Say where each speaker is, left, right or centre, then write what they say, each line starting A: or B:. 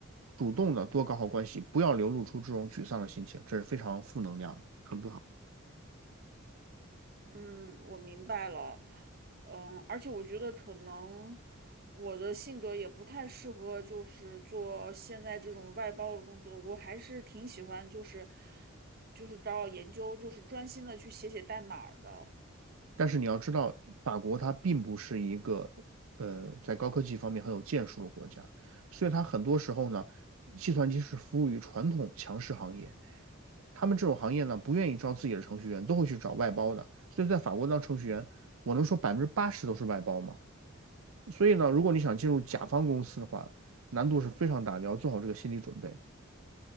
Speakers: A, on the right (about 75°); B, on the right (about 45°).
A: 主动的多搞好关系，不要流露出这种沮丧的心情，这是非常负能量的很不好。
B: 嗯，我明白了。嗯，而且我觉得可能我的性格也不太适合，就是做现在这种外包的工作。我还是挺喜欢，就是就是找找研究，就是专心的去写写代码儿的。
A: 但是你要知道，法国它并不是一个呃在高科技方面很有建树的国家，所以它很多时候呢，计算机是服务于传统强势行业，他们这种行业呢不愿意招自己的程序员，都会去找外包的。所以在法国当程序员，我能说百分之八十都是外包吗？所以呢，如果你想进入甲方公司的话，难度是非常大的，要做好这个心理准备。